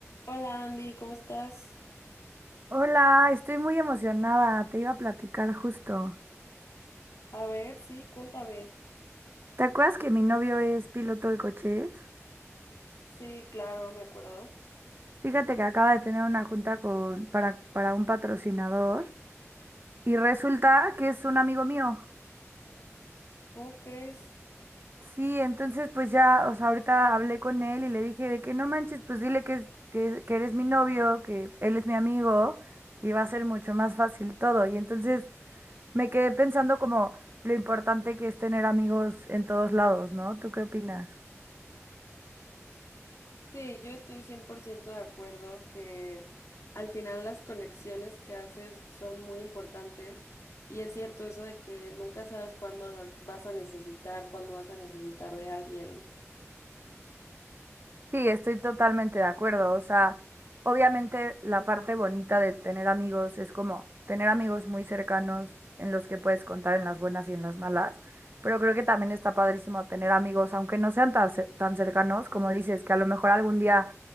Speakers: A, on the left; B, on the right.
A: Hola Andy, ¿cómo estás?
B: Hola, estoy muy emocionada, te iba a platicar justo.
A: A ver, sí, cuéntame.
B: ¿Te acuerdas que mi novio es piloto de coches?
A: Sí, claro, me acuerdo.
B: Fíjate que acaba de tener una junta con, para, para un patrocinador y resulta que es un amigo mío.
A: ¿Cómo crees?
B: Sí, entonces pues ya, o sea, ahorita hablé con él y le dije de que no manches, pues dile que, es- que, que eres mi novio, que él es mi amigo y va a ser mucho más fácil todo. Y entonces me quedé pensando como lo importante que es tener amigos en todos lados, ¿no? ¿Tú qué opinas?
A: Sí, yo estoy cien por ciento de acuerdo que al final las conexiones que haces son muy importantes y es cierto eso de que nunca sabes cuándo las vas a necesitar, cuándo vas a necesitar de alguien.
B: Sí, estoy totalmente de acuerdo. O sea, obviamente la parte bonita de tener amigos es como tener amigos muy cercanos en los que puedes contar en las buenas y en las malas, pero creo que también está padrísimo tener amigos, aunque no sean tan, cer- tan cercanos, como dices, que a lo mejor algún día